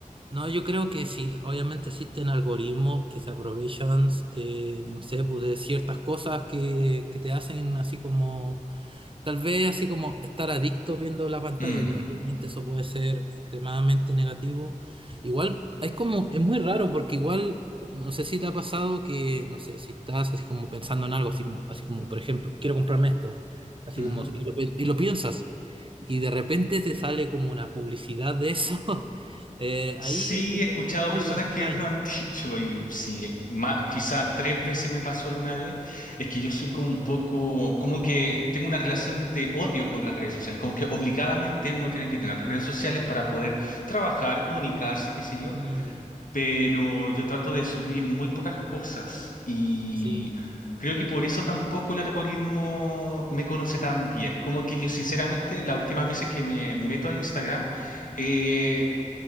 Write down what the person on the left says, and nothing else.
Mm,
ujú.
Sí,
he escuchado
personas
que <laughs> lo han dicho y sí, ma- quizá tres veces me pasó alguna vez, es que yo soy como un poco, como que tengo una relación de odio con las redes sociales, como que obligadamente uno tiene que tener redes sociales para poder trabajar, comunicarse, qué sé yo.
pero yo trato de subir muy pocas cosas y
creo que por eso tampoco el algoritmo me conoce tan bien. Como que yo sinceramente las últimas veces que me meto a Instagram eh,